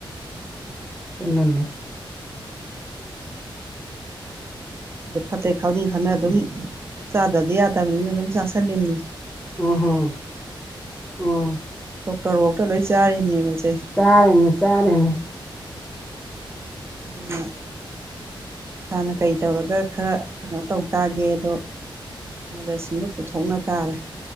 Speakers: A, in the centre; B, on the right (about 30°).
A: ꯇꯨꯅꯅꯦ
B: ꯑꯗꯨ ꯐꯠꯇꯦ ꯈꯪ ꯈꯪꯅ ꯑꯗꯨꯝ ꯆꯥꯗꯔꯗꯤ ꯌꯥꯗꯕꯅꯤꯅ ꯑꯗꯨꯝ ꯆꯥꯥꯁꯜꯂꯤꯅꯦ
A: ꯎꯝ ꯍꯝ ꯎꯝ
B: ꯗꯣꯛꯇꯔ ꯕꯧꯇ ꯂꯣꯏ ꯆꯥꯔꯤꯕꯅꯦꯕ ꯁ
A: ꯆꯥꯔꯦꯅꯦ ꯆꯥꯔꯦꯅꯦ
B: ꯑꯗꯨꯅ ꯏꯁꯥꯅ ꯀꯩ ꯇꯧꯔꯒ ꯈꯔ ꯀꯩꯅꯣ ꯇꯧ ꯇꯥꯗꯤ ꯑꯗꯣ ꯅꯣꯂꯦꯁ ꯁꯤꯡꯗꯨ ꯄꯨꯊꯣꯛꯅ ꯇꯥꯔꯦ